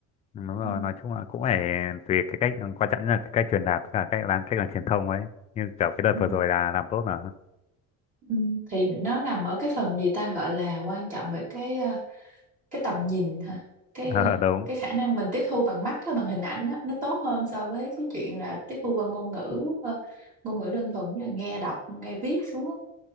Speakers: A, on the left (about 25°); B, on the right (about 25°).
A: đúng rồi
B: ừ.
A: nói chung là cũng phải tùy cái cách ừ, quan trọng nhất là cái cách truyền đạt và cách làm cách làm truyền thông ấy như kiểu cái đợt
B: Ừ.
A: vừa rồi là làm tốt mà <laughs>
B: Ừ, thì nó nằm ở cái phần gì ta gọi là quan trọng về cái ờ, cái tầm nhìn hả cái
A: ờ,
B: ờ,
A: đúng
B: cái khả năng mình tiếp thu bằng mắt á, bằng hình ảnh á, nó tốt hơn so với cái chuyện là tiếp thu qua ngôn ngữ ờ, ngôn ngữ đơn thuần như là nghe đọc nghe viết xuống á.